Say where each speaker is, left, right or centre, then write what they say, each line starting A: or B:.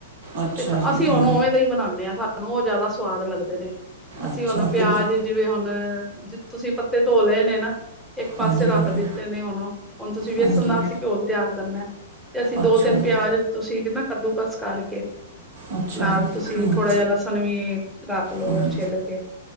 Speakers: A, on the right; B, in the centre.
A: ਅੱਛਾ
B: ਤੇ ਸ
A: ਜੀ
B: ਅਸੀ
A: ਹਮ
B: ਹੋਨ ਉਵੇਂ ਦੇ ਈ ਬਨਾਨੇ ਆਂ, ਸਾਨੂੰ ਓ ਜ਼ਿਆਦਾ ਸਵਾਦ ਲੱਗਦੇ ਨੇ। ਅਸੀਂ
A: ਅੱਛਾ
B: ਹੋਨ ਪੇਆਜ
A: ਕਿੱਦਾਂ
B: ਜਿਵੇਂ ਹੋਨ, ਜੀ ਤੁਸੀਂ ਪੱਤੇ ਧੋ ਲਏ ਨੇ ਨਾ ਇੱਕ ਪਾਸੇ
A: ਹਾਂਜੀ
B: ਰੱਖ
A: ਹਾਂਜੀ
B: ਦਿੱਤੇ ਨੇ ਹੋਨ ਓ ਤੁਸੀਂ ਵੇਸਨ
A: ਹਾਂਜੀ
B: ਦਾ ਸੀਂ ਘੋਲ ਤੇਆਰ ਕਰਨੈ। ਤੇ ਅਸੀਂ ਦੋ-ਤਿੰਨ
A: ਅੱਛਾ ਜੀ
B: ਪੇਆਜ ਤੁਸੀਂ ਨਾ ਕੱਦੂ-ਕਸ ਕਰਕੇ।
A: ਅੱਛਾ
B: ਨਾਲ
A: ਜੀ
B: ਤੁਸੀਂ
A: ਹਮ
B: ਥੋੜ੍ਹਾ ਜਾ ਲੱਸਨ ਵੀ ਰਾੱਖ ਲੋ
A: ਹਮ
B: ਛਿੱਲ ਕੇ।